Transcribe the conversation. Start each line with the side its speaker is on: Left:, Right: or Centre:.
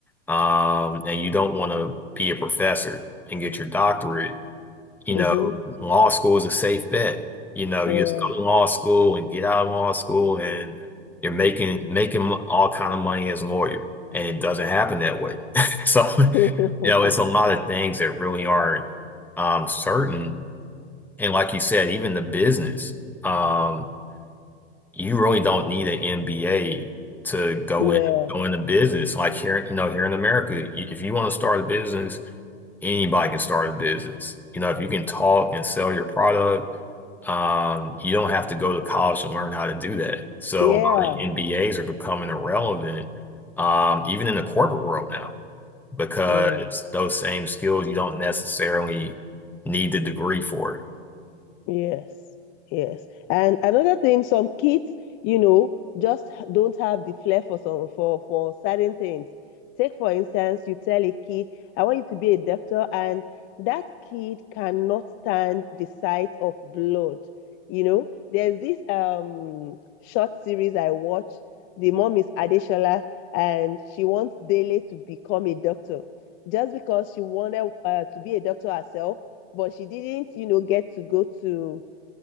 Centre: um, and you don't want to be a professor and get your doctorate, you
Left: Mm-hmm.
Centre: know, law school is a safe bet. You know,
Left: Yeah.
Centre: you just go to law school and get out of law school and you're making making all kind of money as a lawyer. And it doesn't happen that way. <laughs> So,
Left: <laughs>
Centre: you know, it's a lot of things that really aren't um certain. And like you said, even the business, um, you really don't need an MBA to go
Left: Yeah.
Centre: in go into business. Like here, you know, here in America, if you want to start a business anybody can start a business. You know, if you can talk and sell your product, um, you don't have to go to college to learn how to do that. So
Left: Yeah.
Centre: I think MBAs are becoming irrelevant, um, even in the corporate world now, because
Left: Yeah.
Centre: those same skills you don't necessarily need the degree for it.
Left: Yes, yes. And another thing, some kids, you know, just h- don't have the flair for some for for certain things. Take for instance, you tell a kid, I want you to be a doctor, and that kid cannot stand the sight of blood. You know, there's this um short series I watch. The mom is Adeshola, and she wants Dele to become a doctor just because she wanted uh, to be a doctor herself but she didn't, you know, get to go to